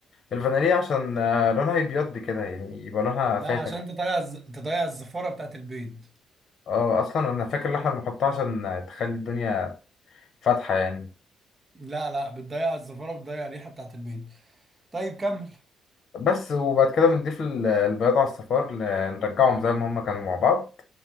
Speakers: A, on the left; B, on the right.
A: الفانيليا عشان آه، لونها يبيض كده يعني يبقى لونها
B: لا
A: فاتح
B: عشان تضيع الز- تضيع الزفاره بتاعت البيض
A: اه اصلا انا فاكر ان احنا بنحطها عشان تخلي الدنيا فاتحة يعني
B: لا لا بتضيع الزفاره بتضيع الريحه بتاعت البيض طيب كمل
A: بس وبعد كده بنضيف ال- البياض على الصفار ل- نرجعهم زي ما هما كانوا مع بعض